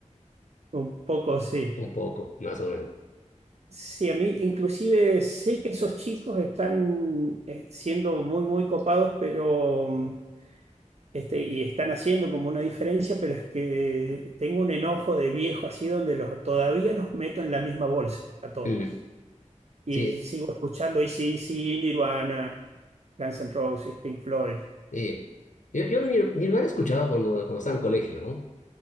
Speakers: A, on the right; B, on the left.
A: Un poco sí.
B: Un poco, más o menos.
A: Sí, a mí inclusive sé que esos chicos están eh, siendo muy, muy copados, pero mm, este, y están haciendo como una diferencia, pero es que tengo un enojo de viejo así donde los, todavía los meto en la misma bolsa a todos.
B: Mm.
A: Y
B: Sí,
A: sigo escuchando sí dc Nirvana, Guns N' Roses, Pink Floyd.
B: eh, yo, yo Nir- Nirvana escuchaba cuando, cuando estaba en colegio, ¿no?